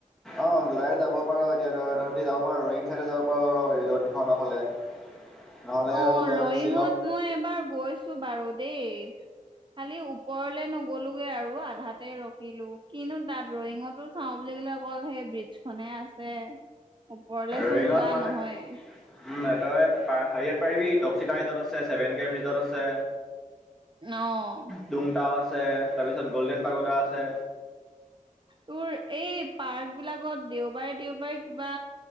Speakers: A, in the centre; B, on the right.
A: অ জুলাইত যাব পাৰ। এতিয়া ত, তহঁতি যাব পাৰ ৰয়িং চাইডে যাব পাৰ, ৰিজৰ্ট খনৰ ফালে। নহ'লেও
B: অ',
A: তহঁতি
B: ৰয়িঙত
A: শ্বিলং
B: মই এবাৰ গৈছো বাৰু দেই খালী ওপৰলৈ নগ'লোঁগে, আৰু আধাত তে ৰখিলোঁ। কিনো তাত, ৰয়িঙতো চাওঁ বুলি ক'লে, অকল সেই বিচ খনে আছে ওপৰলেচোন
A: ৰয়িঙত
B: যোৱা
A: মানে
B: নহয়েই।
A: উম তই, পা, হেৰিয়াত পাৰিবি। টক্সিতা ৰিজৰ্ট আছে, ছেভেন কেএম ৰিজৰ্ট আছে।
B: অ',
A: টুংতাও আছে। তাৰপিছত গ'ল্ডেন পাগোডা আছে।
B: তোৰ, এই পাৰ্ক বিলাকত দেওবাৰে, দেওবাৰে কিবা